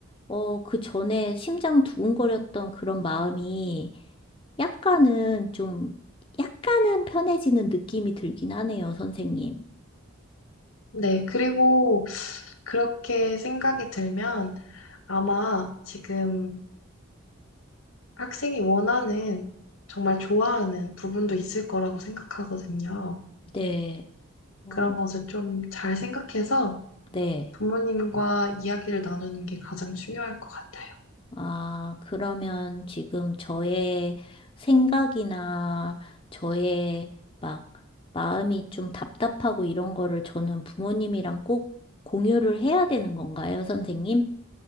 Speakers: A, on the left (about 25°); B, on the left (about 80°).
A: 어, 그 전에 심장 두근거렸던 그런 마음이 약간은 좀 약간은 편해지는 느낌이 들긴 하네요, 선생님.
B: 네, 그리고 그렇게 생각이 들면 아마 지금 학생이 원하는 정말 좋아하는 부분도 있을 거라고 생각하거든요.
A: 네. 어.
B: 그런 것을 좀 잘 생각해서
A: 네.
B: 부모님과 이야기를 나누는 게 가장 중요할 것 같아요.
A: 아, 그러면 지금 저의 생각이나 저의 막 마음이 좀 답답하고 이런 거를 저는 부모님이랑 꼭 공유를 해야 되는 건가요, 선생님?